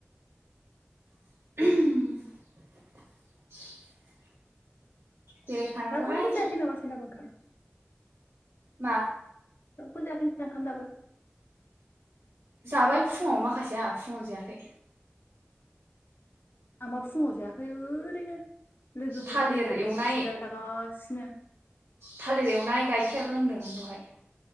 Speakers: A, on the right; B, on the left.
A: <inaudible> बेरायखानांगौहाय
B: रावबो जायाखै नामा सानैनाबो ओंखाम
A: मा?
B: रावबो जायाखै <unintelligible> दाबो
A: जाबाय फुङाव माखासेया आङा फुङाव जायाखै।
B: आंबा फुङाव जायाखै ओरैनो। लोगोफोर
A: थालिर
B: फैनानै
A: एवनाय
B: जिरायला गासिनो।
A: थालिर एवनाय गाइखेर लोंदों बहाय।